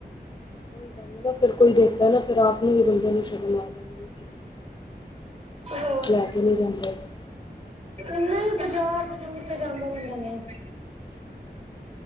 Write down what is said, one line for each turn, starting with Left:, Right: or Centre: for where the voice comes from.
Left: ਕੋਈ ਗੱਲ ਨ ਨਾ ਫ਼ਿਰ ਕੋਈ ਦੇਖਦਾ ਨਾ ਫਿਰ ਆਪ ਨੂੰ ਵੀ ਬੰਦਿਆਂ ਨੂੰ ਸ਼ਰਮ ਆ ਜਾਣਗੀ
Right: ਹੋਰ
Left: ਕੁਛ ਲੈ ਕੇ ਵੀ ਜਾਂਦੇ ਆ
Right: ਨਹੀਂ ਬਾਜ਼ਾਰ ਬਜ਼ੂਰ ਤੇ ਜਾਂਦਾ ਰਹਿੰਦਾ ਨੇ